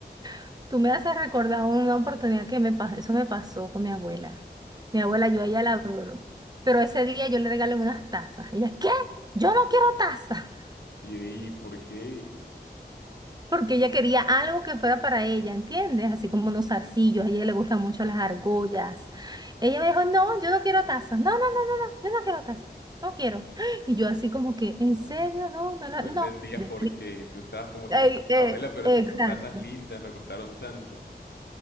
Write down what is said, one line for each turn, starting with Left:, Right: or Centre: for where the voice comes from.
Right: <laughs> tú me haces recordar una oportunidad que me pasó, eso me pasó con mi abuela. Mi abuela, yo a ella la adoro, pero ese día yo le regalé unas tazas. Ella, ¿qué? Yo no quiero tazas.
Left: Y, y ¿por qué?
Right: porque ella quería algo que fuera para ella, ¿entiendes? Así como unos zarcillos, a ella le gustan mucho las argollas. Ella me dijo, no, yo no quiero tazas, no, no, no, no, no, yo no quiero tazas, no quiero. <gasps> Y yo así como que, ¿en serio? No, no, no,
Left: No entendías
Right: no. Yo
Left: por
Right: tenía-
Left: qué. Tú estabas como
Right: Ey,
Left: que,
Right: eh,
Left: abuela, pero
Right: exacto,
Left: si son tazas lindas, me costaron tanto.